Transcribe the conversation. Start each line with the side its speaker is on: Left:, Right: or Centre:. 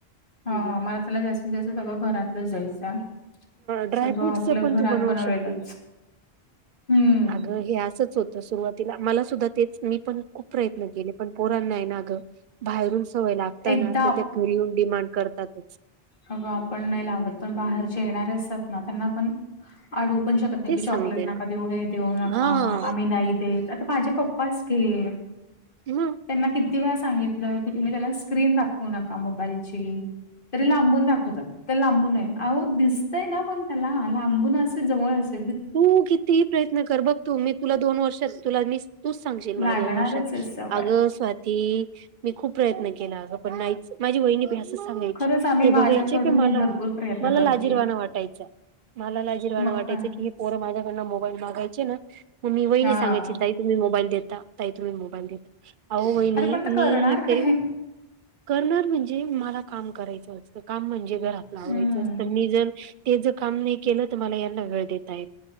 Right: नाही
Left: ह मला जास्तीत जास्त सगळं घरातलंच जायचं आणि
Right: ड्रायफ्रूटच
Left: सगळं आपलं
Right: पण
Left: घरात
Right: तू बनवू
Left: बनवलेलंच,
Right: शकते
Left: हम्म!
Right: हे असंच होतं, सुरुवातीला मला सुद्धा तेच, मी पण खूप प्रयत्न केले, पण पोरांना हाय ना आग बाहेरून सवय लागताना,
Left: एकदा
Right: ते ते घरी येऊन डिमांड करतातच.
Left: अग आपण नाही लावत, पण बाहेरचे येणारे असतात ना, त्यांना पण अडवू पण शकत नाही
Right: तेच
Left: की चॉकलेट
Right: सांगते
Left: नका
Right: ना
Left: देऊ हे देऊ नका,
Right: हा
Left: आम्ही नाही देत, आता माझे पप्पाच घे
Right: हम्
Left: त्यांना किती वेळ सांगितलं, की तुम्ही त्याला स्क्रीन दाखवू नका मोबाईलची तरी लांबून दाखवतात ते लांबून आहे, अहो दिसतय ना पण त्याला, लांबून असो जवळ अस
Right: तू कितीही प्रयत्न कर, बघ तू, मी तुला दोन वर्षात तुला मी तूच सांगशील मला
Left: लागणारच
Right: दोन वर्षात
Left: आहे सवय.
Right: अग स्वाती, मी खूप प्रयत्न केला आग, पण नाहीच, माझी वहिणी प सांगायची,
Left: खरंच आम्ही
Right: हे
Left: माझ्याकडून
Right: बघायचे की
Left: मी
Right: मला,
Left: भरपूर प्रयत्न
Right: मला
Left: करतेय
Right: लाजीरवाना वाटायच. मला लाजिरवाण
Left: मग
Right: वाटायचं
Left: काय
Right: की, ही पोर माझ्याकडनं मोबाईल मागायचे ना, मग मी वहिणी
Left: हा.
Right: सांगयची ताई तुम्ही मोबाईल देता, ताई तुम्ही मोबाईल देता, अहो वहिणी
Left: अरे पण ते
Right: मी
Left: करणार काय
Right: तरी करणार म्हणजे, मला काम करायचं असतं, काम म्हणजे घरातल
Left: हम्म
Right: आवरायचं असत, मी जर तेच काम मी केलं तर मला यांना वेळ देता